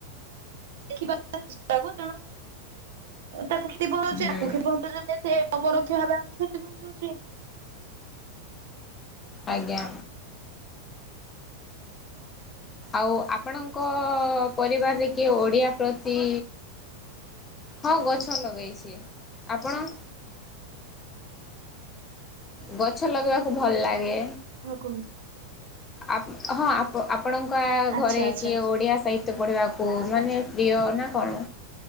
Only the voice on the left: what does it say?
ହୁଁ
ଆଜ୍ଞା। ଆଉ ଆପଣଙ୍କ ପରିବାରରେ କିଏ ଓଡିଆ ପ୍ରତି ହଁ ଗଛ ଲଗେଇଛି ଆପଣ?
ଗଛ ଲଗେଇବାକୁ ଭଲ ଲାଗେ,
ଆ ହଁ ଆପଣଙ୍କ
ଘରେ
କିଏ
ଓଡିଆ ସାହିତ୍ୟ ପଢିବା। ଆ ମାନେ ପ୍ରିୟ ନା କଣ?